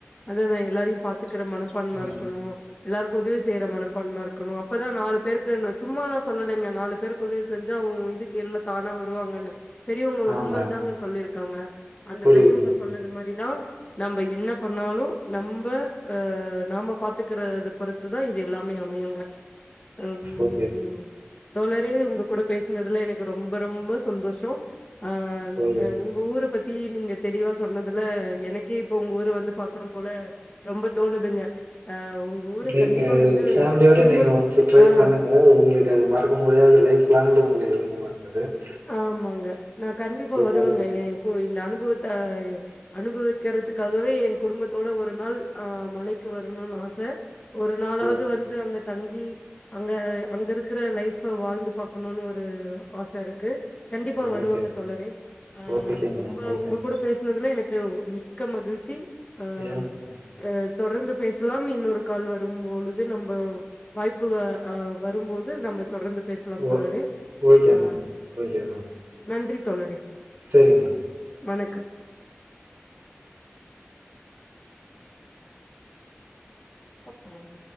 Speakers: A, on the left (about 25°); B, on the right (about 50°).
A: அத நா எல்லாரையு பாத்துக்குற மனப்பான்மை
B: ம்
A: இருக்கணோ எல்லாருக்கோ உதவி செய்யுற மனப்பான்ம இருக்கணோ அப்பதா நாலு பேருக்கு நா சும்மாலா சொல்லலைங்க நாலு பேருக்கு உதவி செஞ்சா உ இதுக் கீர்ல தானா வருவாங்கன்னு பெரியவங்க
B: ஆமா
A: உண்மைதாங்க சொல்லியிருக்காங்க அந்த
B: புரியுது
A: பெரியவங்க
B: மேம்
A: சொன்னது மாதிரிதா நம்ப என்ன பண்ணாலு நம்ப அ நாம பாத்துக்குறத பொறுத்துதா இது எல்லாமே அமையுங்க ம்
B: ஓகே
A: தோழரே உங்க கூட பேசினதுல எனக்கு ரொம்ப ரொம்ப சந்தோஷோ அ
B: ம்
A: உ ங்க ஊர பத்தி நீங்க தெளிவா சொன்னதுல எனக்கே இப்போ உங்க ஊர வந்து பாக்கணு போல ரொம்ப தோணுதுங்க அ உங்க ஊர
B: நீங்க
A: கண்டிப்பா வந்து
B: ஃபேமிலியோட
A: குடும்ப
B: நீங்க ஒன்ஸு ட்ரை
A: ஆ
B: பண்ணுங்க உங்குளுக் அது மறக்க முடியாது லைஃப் லாங்க்ல உங்குளுக்கு இருக்குமா <unintelligible>
A: ஆமாங்க நா கண்டிப்பா வருவங்க
B: நடக்கு
A: ஏ கு இந்த அனுபவத்த அனுபவிக்கிறதுக்காகவே ஏ குடும்பத்தோட ஒரு நாள் ஆ மலைக்கு வரணோனு ஆச ஒரு நாளாவது
B: ஓ
A: வந்து அங்க தங்கி அங்க அங்க இருக்குற லைஃப வாழ்ந்து பாக்கணோனு ஒரு ஆச இருக்கு கண்டிப்பா வருவங்க
B: ஓகே
A: தோழரே ஆ
B: ஓகேங்க
A: ரொம்ப
B: மேம் ஓகே
A: உங்க கூட பேசனதுல எனக்கு மிக்க மகிழ்ச்சி ஆ
B: எனக்கு மேம்
A: அ தொடர்ந்து பேசலா இன்னோரு கால் வரும்பொழுது நம்போ வாய்ப்பு ஆ வரும்போது நம்ப தொடர்ந்து பேசலா
B: ஓ
A: தோழரே
B: ஓகே
A: ஆ
B: மேம் ஓகே மேம்
A: நன்றி தோழரே
B: செரிங்க மேம்
A: வணக்கம் என்ன பண்ணுவ